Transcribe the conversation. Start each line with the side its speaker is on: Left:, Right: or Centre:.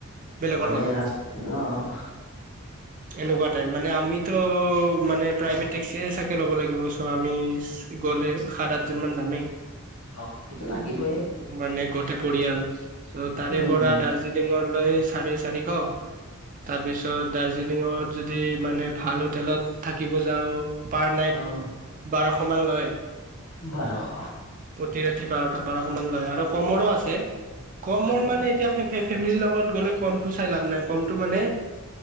Right: বেলেগৰ
Left: মানে
Right: লগত।
Left: ৰাস অহ
Right: এনেকোৱা টাইপ মানে আমিতো মানে প্ৰাইভেট টেক্সিয়ে চা য়ে ল'ব লাগিব চ' আমি গ'লে সাত আঠজন মান যামেই।
Left: অ তেতিয়া লাগিবয়ে।
Right: মানে গোটেই পৰিয়াল ত তাৰে
Left: উম
Right: পৰা দাৰ্জিলিঙৰ লৈ চাৰে চাৰিশ। তাৰ পিছত দাৰ্জিলিঙত যদি মানে ভাল হোটেলত থাকিব যাও পাৰ নাইট
Left: অহ
Right: বাৰশ মান লয়।
Left: বাৰশ
Right: প্ৰতি ৰাতি বাৰটা বাৰশ মান লয় আৰু কমৰো আছে কমৰ
Left: আছে
Right: মানে এতিয়া সেই সেই ফেমিলিৰ লগত গ'লে কমটো চাই লাভ নাই কমটো মানে